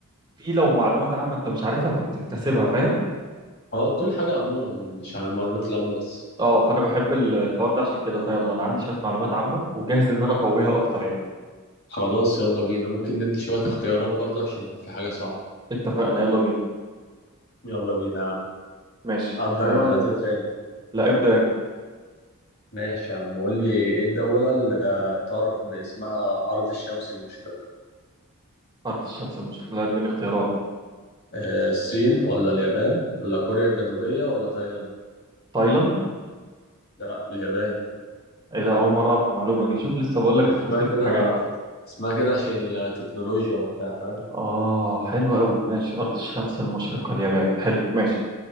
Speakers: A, on the right; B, on the left.
A: في لو معلومات عامه انت مش عارفها فبتكتسبها فاهم
B: هو كل حاجة عموما مش عن المعلومات العامة بس
A: اه فانا بحب ال- الحوار ده عشان كده فيلا انا عندي شويه معلومات عامه وجاهز ان انا اقويها اكتر يعني
B: خلاص يلا بينا ممكن ندي شوية اختيارات برضه عشان لو في حاجة صعبة
A: اتفقنا يلا بينا
B: يلا بينا يا عم
A: ماشي
B: أبدأ
A: آه
B: أنا ولا تبدأ أنت
A: لا ابدا انت
B: ماشي يا عم قول لي ايه الدولة اللي آه، تعرف باسمها أرض الشمس المشرقة
A: ارض الشمس المشرقه لا اديني اختيارات
B: آه، الصين ولا اليابان ولا كوريا الجنوبية ولا تايلاند
A: تايلاند
B: لا اليابان
A: ايه ده اول مره اعرف المعلومه دي شوف لسه بقول لك
B: اسمها
A: بكتسب
B: كده
A: حاجات
B: اسمها كده عشان التكنولوجيا وبتاع فاهم
A: اه حلو قوي ماشي ارض الشمس المشرقه اليابان حلو ماشي